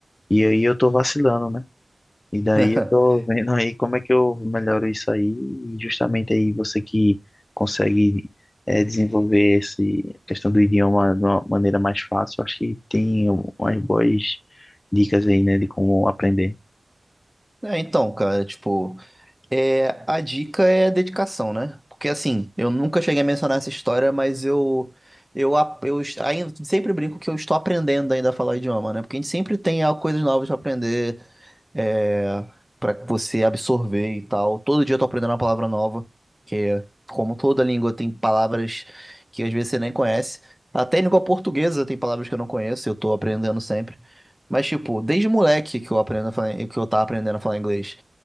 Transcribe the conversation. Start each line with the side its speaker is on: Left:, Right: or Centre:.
Left: E aí eu tô vacilando, né? E daí
Centre: <laughs>
Left: eu tô vendo aí como é que eu melhoro isso aí, e justamente aí você que consegue eh, desenvolver essa questão do idioma de uma maneira mais fácil, acho que tem um- umas boas dicas aí, né, de como aprender.
Centre: É, então, cara, tipo, é, a dica é dedicação, né? Porque assim, eu nunca cheguei a mencionar essa história, mas eu eu, a- eu est- ainda sempre brinco que eu estou aprendendo ainda a falar idioma, né? Porque a gente sempre tem ah, coisas novas pra aprender, é, para você absorver e tal. Todo dia eu tô aprendendo uma palavra nova, que é, como toda língua tem palavras que às vezes você nem conhece. Até em língua portuguesa tem palavras que eu não conheço, eu tô aprendendo sempre. Mas tipo, desde moleque que eu aprendo a falar, que eu tava aprendendo a falar inglês.